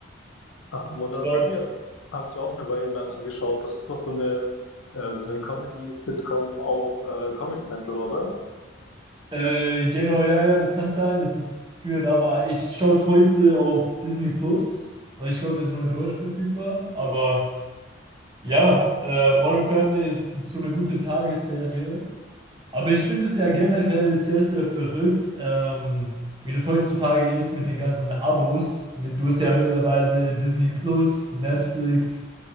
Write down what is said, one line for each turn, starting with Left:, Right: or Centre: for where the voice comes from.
Left: Ah, Modern
Right: sonst,
Left: Family habe ich, hab ich auch eine Weile lang angeschaut. Das ist doch so eine, äh, so eine Comedy-Sitcom auf äh, Comedy Central, oder?
Right: äh, genau, ja, ja, das kann sein, das ist für da war. Ich schaue es heute auf Disney Plus, weil ich glaube, das ist nur dort verfügbar. Aber ja, äh, Modern Family ist so eine gute Tagesserie. Aber ich finde es ja generell sehr, sehr verrückt, ähm, wie das heutzutage ist mit den ganzen Abos. Mit, du hast ja mittlerweile Disney Plus, Netflix,